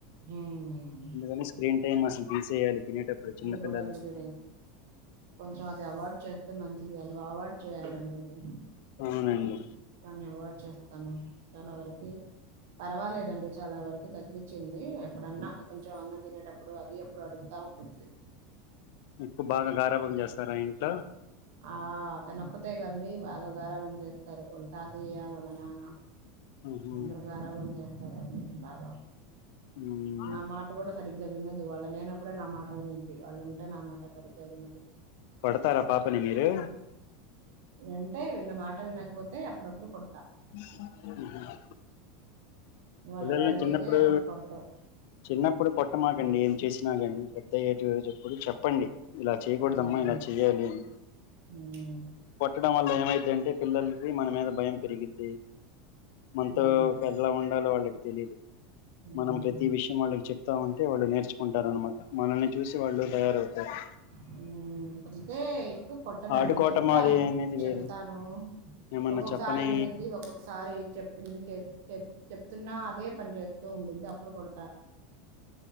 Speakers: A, on the right (about 75°); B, on the left (about 65°).
A: మ్మ్
B: అందుకని స్క్రీన్ టైమ్ అసల్ తీసేయాలి తినేటప్పుడు. చిన్నపిల్లలకి
A: అది కూడా లేదు కొంచెం అది అవార్డ్ చే. చేస్తే మంచిది, అది అవార్డ్ చేయాలండి ఇది.
B: అవునండి.
A: దాన్ని అవాయిడ్ చేస్తాను, చాలా వరకి పర్వాలేదండి చాలా వరకు తగ్గించింది. ఎప్పుడన్న కొంచెం అన్నం తినేటప్పుడు అది ఎప్పుడు అడుగుతా ఉండుద్ది.
B: ఎక్కువ బాగా గారభం చేస్తారా ఇంట్లో.
A: ఆ అతనొక్కతే కండి బాగా గారాభం చేస్తారు వాళ్ళ తాతయ్య వాళ్ళ నాన్న
B: ఉహు
A: అందరూ గారాభం చే సరే అండి బాగా
B: మ్.
A: నా మాట కూడా సరిగ్గా వినదు వాళ్ళు లేనప్పుడే నా మాట వినిద్ది వాళ్ళు ఉంటే నా మాట సరిగ్గా వినదు
B: కొడతారా పాపని మీరు
A: అంటే విన్న మాట వినకపోతే అప్పుడప్పుడు కొడు
B: మ్మ్ హ్మ్
A: వాళ్ళ
B: పిల్లలని
A: డాడీ
B: చిన్నప్పుడు
A: అయితే అసలు కొట్టరు
B: చిన్నప్పుడు కొట్టమాకండి ఏం చేసినా కానీ, పెద్దయ్యేటి <unintelligible> ప్పుడు చెప్పండి ఇలా చేయకూడదమ్మా
A: ఉమ్
B: ఇలా చెయ్యాలి అని
A: ఉమ్
B: కొట్టడం వల్ల ఏం ఏమైద్దంటే పిల్లలకి మన మీద భయం పెరిగి ద్ది మనతో
A: ఉమ్
B: ఎలా ఉండాలో వాళ్ళకి తెలీదు
A: ఉమ్
B: మనం ప్రతీ విషయం వాళ్ళకి చెప్ తా ఉంటే వాళ్ళు నేర్చుకుం టారు అనమాట మనల్ని చూసి వాళ్ళు తయారవుతారు
A: మ్మ్ <unintelligible> తే ఎక్కు కొట్టనండి
B: ఆడుకోవటం
A: చెప్తాను
B: అది అనేది
A: చెప్తాను
B: వేరు ఏమన్నా
A: ఒక్కొక్కసారి
B: చెప్పని
A: వినిద్ది ఒక్కొక్కసారి చెప్పింది చే చె చెప్తున్నా అదే పని చేస్తు తూ ఉంటుంది అప్పుడు కొడ్త